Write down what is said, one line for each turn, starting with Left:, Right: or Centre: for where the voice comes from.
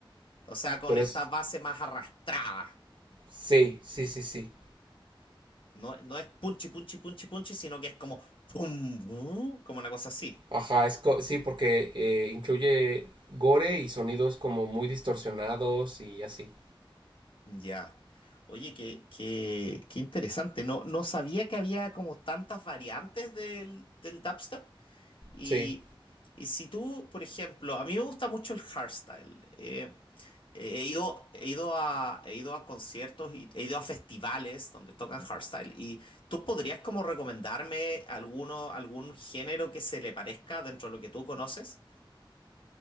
Left: O sea, con
Right: Pero
Left: esta
Right: es.
Left: base más arrastrada.
Right: Sí, sí, sí, sí.
Left: No, no es punchi, punchi, punchi, punchi, sino que es como pum, bu, como una cosa así.
Right: Ajá, es co- sí, porque eh, incluye gore y sonidos como muy distorsionados y así.
Left: Ya. Oye, qué, qué, qué interesante. No, no sabía que había como tantas variantes del, del dubstep. Y,
Right: Sí,
Left: y si tú, por ejemplo, a mí me gusta mucho el hardstyle. eh, eh, he ido, he ido a, he ido a conciertos y he ido a festivales donde tocan hardstyle. ¿Y tú podrías como recomendarme alguno, algún género que se le parezca dentro de lo que tú conoces?